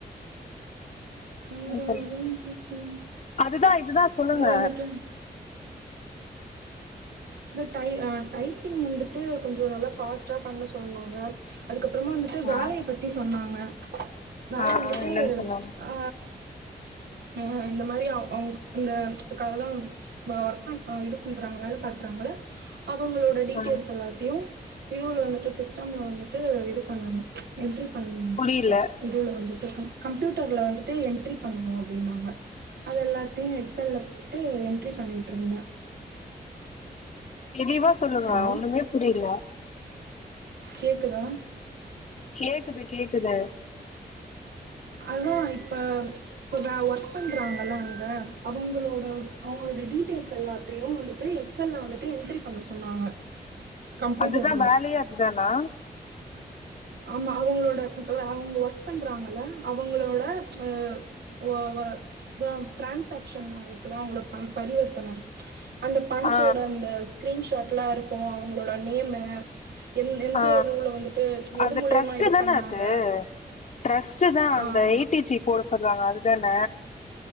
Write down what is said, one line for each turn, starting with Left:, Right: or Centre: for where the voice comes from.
Right: வேற
Left: சொல்லுங்க
Right: எதுவும் கேக்கல
Left: அதுதா இதுதா சொல்லுங்க
Right: வேற வந்துட்டு இந்த அ டைப்பிங் வந்துட்டு கொஞ்சோ நல்லா ஃபாஸ்ட்டா பண்ண சொன்னாங்க அதுக்கப்பறமா வந்துட்டு
Left: ஆ
Right: வேலையை பத்தி சொன்னாங்க வேல
Left: ஆ
Right: வந்துட்டு
Left: என்னன்னு சொன்னாங்க
Right: ஆ ஆ இந்த மாரி அவுங்க இந்த அதெல்லா ஒர்க் பண் இது பண்றாங்கள வேல பாக்குறாங்கள அவுங்களோட டீட்டெயில்ஸ்
Left: ஆ
Right: எல்லாத்தையு இதுல வந்துட்டு சிஸ்டம்ல வந்துட்டு இது பண்ணணு என்ட்ரி பண்ணு
Left: புரியல
Right: இதுல வந்துட்டு கம்ப்யூட்டர்ல வந்துட்டு என்ட்ரி பண்ணணு அப்டினாங்க அது எல்லாத்தையு எக்ஸ்ஸல்ல போட்டு என்ட்ரி பண்ணிட்டு இருந்த
Left: தெளிவா சொல்லுங்க
Right: ஹலோ
Left: ஒண்ணுமே புரில
Right: கேக்குதா
Left: கேக்குது கேக்குது
Right: அதா இப்ப இப்ப வே ஒர் ஒர்க் பண்றாங்கள அங்க அவுங்ளோட அவுங்களோட டீடெய்ல்ஸ் எல்லாத்தையு வந்துட்டு எக்ஸ்எல்ள வந்துட்டு என்ட்ரி பண்ண சொன்னாங்க கம்ப்யூட்டர்ல
Left: அதுதா வேலைய அதுதானா
Right: ஆமா அவுங்ளோட அவுங்க ஒர்க் பண்றாங்கள அவுங்ளோட ஆ ஒ ஒ இதா டிரான்சாகஷன் இருக்குல அவுங்கள பரிவர்த்தன அந்த பணத்தோட
Left: ஆ
Right: அந்த ஸ்கிரீன்ஷாட் எல்லா இருக்கு அவுங்ளோட நேம்மு எந் எந்த
Left: ஆ ஆ
Right: இதுவுல வந்துட்டு எது
Left: அது
Right: மூலியமா
Left: ட்ரஸ்ட்டுதான
Right: இது பண்ணாங்க
Left: அது ட்ரஸ்ட்தா அந்த
Right: ஆமா
Left: ஏ டி ஜி போட சொல்லுவாங்க அதுதான